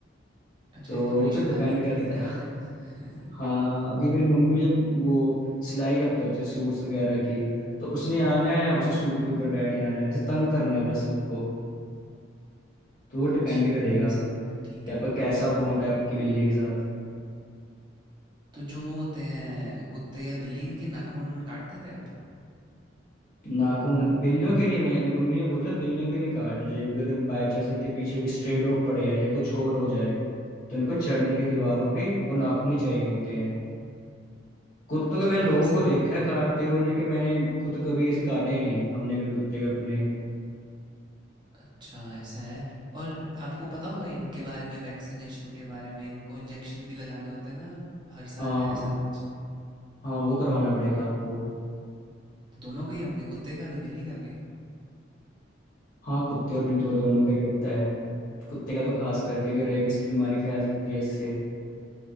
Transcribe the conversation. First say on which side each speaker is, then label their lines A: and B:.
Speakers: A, on the right (about 25°); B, on the left (about 45°).
A: अच्छा
B: तो
A: ये तो बड़ी
B: वो तो
A: शैतानी
B: डिपेंड करता
A: बिल्ली थी
B: है
A: आपके पास <laughs>
B: हाँ अभी मेरी मम्मी जब वो सिलाई करते होते सूट्स वगैरह की तो उसने आना है उसे सूट के ऊपर बैठे आना है ऐसे तंग करना है बस सबको तो वो
A: अच्छा
B: डिपेंड करेगा
A: ऐसा है ठीक
B: कि
A: है
B: आपका कैसा बॉन्ड है आपकी बिल्ली के साथ
A: तो जो वो होते हैं कुत्ते या बिल्ली इनके नाखून काटते थे आप
B: नाखून बिल्लियों के नहीं मैंने मेरी मम्मी ने बोला था बिल्लियों के नहीं काटने चाहिए क्योंकि अगर बाई चांस इनके पीछे कोई स्ट्रे डॉग पड़ जाए या कुछ और हो जाए तो इनको चढ़ने के दीवारों पे वो नाखून ही चाहिए होते हैं कुत्तों
A: अच्छा
B: के मैं लोगों
A: ऐसा
B: को
A: है
B: देखा है काटते हुए लेकिन मैंने खुद कभी किसी काटे नहीं हमने कभी कुत्ते के अपने
A: अच्छा ऐसा है और आपको पता होगा इनके बारे में वैक्सीनेशन के बारे में इनको इंजेक्शन भी लगाने होते हैं ना हर साल
B: हाँ
A: या ऐसा
B: हाँ
A: कुछ
B: हाँ वो करवाना पड़ेगा आपको
A: तो दोनों के ही होंगे कुत्ते का भी बिल्ली का भी
B: हाँ कुत्ते और बिल्ली तो दोनों का ही होता है कुत्ते का तो खास करके क्योंकि रेबीज की बीमारी फैल सकती है इससे